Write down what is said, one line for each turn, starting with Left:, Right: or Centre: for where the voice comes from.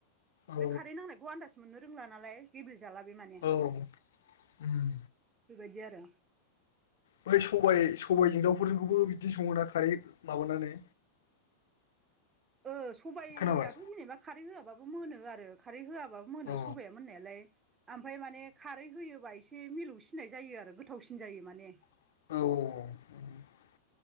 Left: औ
Right: बे खारेै नांनायखौ आदाज मोननो रोंला नालाय गेब्ले जाला बे माने
Left: औ उम
Right: बायदि आरो
Left: बाय सबाइ सबाइजों दावफोरजोंखौबो बिदि सङो ना खारै माबानानै
Right: ओ सबायआथ'
Left: खोनाबाय
Right: जेनेबा खारै होआबाबो मोनो आरो खारै होआ होबाबो मोनो
Left: औ
Right: सबाइया मोननायालाय आमफाय मान खारै होयोबा एस से मिलौसिननाय जायो आरो गोथावसिन जायो माने
Left: औ औ अ